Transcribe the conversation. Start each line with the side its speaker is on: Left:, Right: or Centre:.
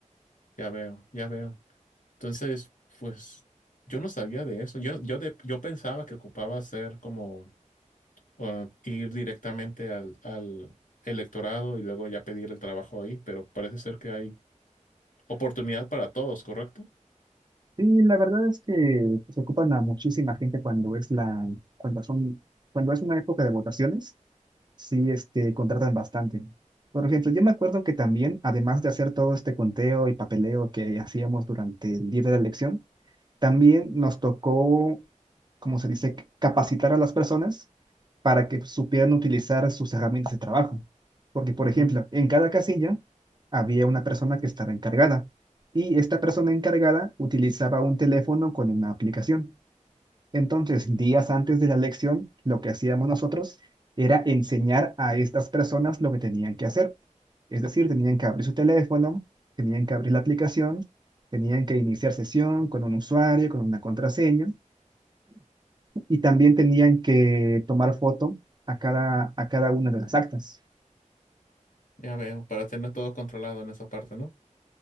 Left: Ya veo, ya veo. Entonces, pues yo no sabía de eso. Yo, yo, de- yo pensaba que ocupaba ser como o ir directamente al, al electorado y luego ya pedir el trabajo ahí, pero parece ser que hay oportunidad para todos, ¿correcto?
Right: Y la verdad es que se ocupan a muchísima gente cuando es la, cuando son, cuando es una época de votaciones, sí, este, contratan bastante. Por ejemplo, yo me acuerdo que también, además de hacer todo este conteo y papeleo que hacíamos durante el día de la elección, También nos tocó, como se dice, capacitar a las personas para que supieran utilizar sus herramientas de trabajo. Porque, por ejemplo,
Left: Ujú,
Right: en cada casilla había una persona que estaba encargada y esta persona encargada utilizaba un teléfono con una aplicación. Entonces, días antes de la lección, lo que hacíamos nosotros era enseñar a estas personas lo que tenían que hacer. Es decir, tenían que abrir su teléfono, tenían que abrir la aplicación, tenían que iniciar sesión con un usuario, con una contraseña, y también tenían que tomar foto a cada, a cada una de las actas.
Left: Ya veo, para tener todo controlado en esa parte, ¿no?